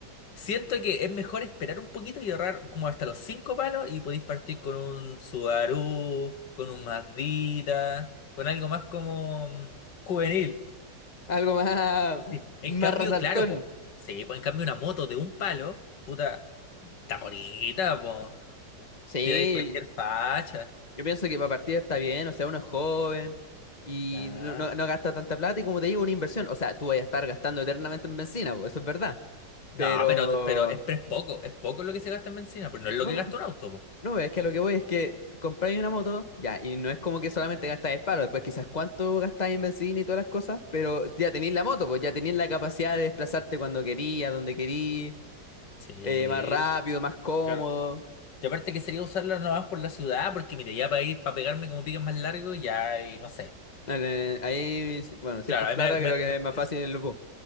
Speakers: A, on the left; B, on the left.
A: Siento que es mejor esperar un poquito y ahorrar como hasta los cinco palos y podéis partir con un Subaru, con un Mazdita, con algo más como mm, juvenil.
B: algo más,
A: Sí.
B: más
A: En cambio,
B: resaltón.
A: claro, po. Sí, po, en cambio una moto de un palo, puta, está bonita, po.
B: Sí,
A: Tiene cualquier facha.
B: yo pienso que para partir está bien, o sea, uno es joven y
A: Claro.
B: no, no- no gasta tanta plata y como te digo, una inversión. O sea, tú vas a estar gastando eternamente en bencina, pues, eso es verdad.
A: No,
B: Pero...
A: pero, pero es, pero es poco, es poco lo que se gasta en benzina, pero no es
B: No.
A: lo que gasta un auto, po.
B: No, es que lo que voy es que compráis una moto, ya, y no es como que solamente gastáis el paro, después quizás cuánto gastáis en benzina y todas las cosas, pero ya tenéis la moto, pues ya tenéis la capacidad de desplazarte cuando querís, a donde querís,
A: Sí,
B: eh, más rápido, más cómodo.
A: claro. Y aparte que sería usarla nomás por la ciudad, porque mire, ya para ir, para pegarme como piques más largos, ya, y no sé.
B: Eh, Ahí, bueno, si
A: Claro,
B: es por
A: a
B: plata,
A: mí me, me-
B: creo que
A: me-
B: es más
A: es-
B: fácil el bus.